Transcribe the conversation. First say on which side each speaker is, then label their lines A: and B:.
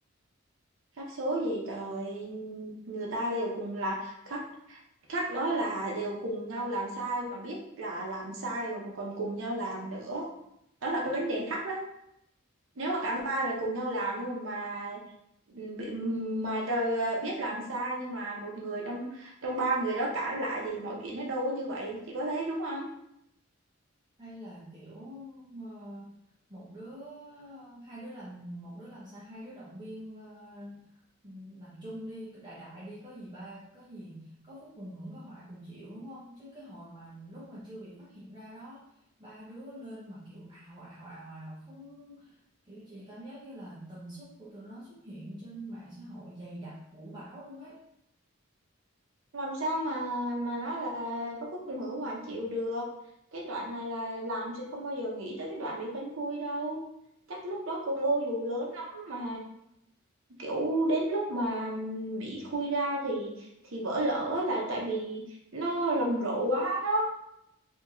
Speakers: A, on the right; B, on the right.
A: rắc số gì trời người ta đều cùng là khắc chắc nói là đều cùng nhau làm sai mà biết là làm sai rồi mà còn cùng nhau làm nữa đó là cái vấn đề khác đó nếu mà cả ba là cùng nhau làm nhưng mà mà bị- ừ, mà trời à, biết làm sai nhưng mà một người trong trong ba người đó cãi lại thì mọi chuyện nó đâu có như vậy chị có thấy đúng không
B: hay là kiểu ờ, một đứa hai đứa làm một đứa làm sao hai đứa động viên ờ, làm chung đi đại đại đi có gì ba có gì có phúc cùng hưởng có họa cùng chịu đúng không chứ cái hồi mà lúc mà chưa bị phát hiện ra đó ba đứa lên mà kiểu ào ào ào ào không kiểu chị cảm giác như là tần suất của tụi nó xuất hiện trên mạng xã hội dày đặc vũ bão luôn ấy
A: làm sao mà mà nói là có cái cùng hưởng hòa chịu được cái đoạn này là làm sẽ không bao giờ nghĩ tới cái đoạn bị phanh phui đâu chắc lúc đó con ô dù lớn lắm mà kiểu đến lúc mà bị khui ra thì thì vỡ lở là tại vì nó rầm rộ quá đó